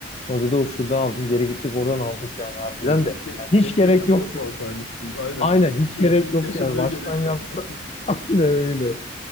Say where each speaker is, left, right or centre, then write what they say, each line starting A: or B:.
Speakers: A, on the left; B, on the left.
A: Sonra dedi o şurada aldım. Geri gittik oradan aldık yani harbiden
B: Ya keşke
A: de. Yani
B: keşke
A: hiç gerek
B: başta
A: yoktu.
B: sorsaymışsın. Aynen.
A: Aynen hiç
B: Rezillik
A: gerek yoktu
B: yaşamaya
A: yani. Baştan
B: gerek
A: yapsa.
B: yok.
A: <laughs> Aynen öyle.